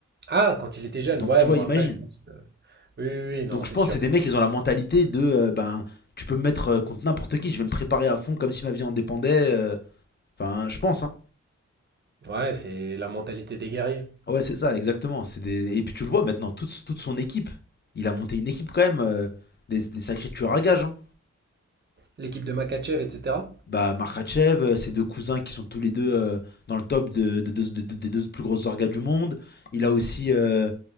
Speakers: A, on the right; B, on the left.
A: Ah, quand il était jeune.
B: Donc
A: Ouais,
B: tu
A: bon,
B: vois, imagine.
A: après, je pense. Oui, oui, oui, non,
B: Donc
A: c'est
B: je pense
A: sûr.
B: que c'est des
A: c'est
B: mecs,
A: sûr.
B: ils ont la mentalité de euh, ben tu peux me mettre euh, contre n'importe qui, je vais me préparer à fond comme si ma vie en dépendait. euh. Enfin, je pense, hein.
A: Ouais, c'est la mentalité des guerriers.
B: Ouais, c'est ça, exactement. C'est des... Et puis tu le vois maintenant, toute, toute son équipe. Il a monté une équipe quand même, euh, des, des sacrés tueurs à gages. hein.
A: L'équipe de Makachev, etc.
B: Bah, Makhachev, euh, ses deux cousins qui sont tous les deux euh, dans le top de, de- de- de- de- des deux plus grosses orgas du monde. Il a aussi euh,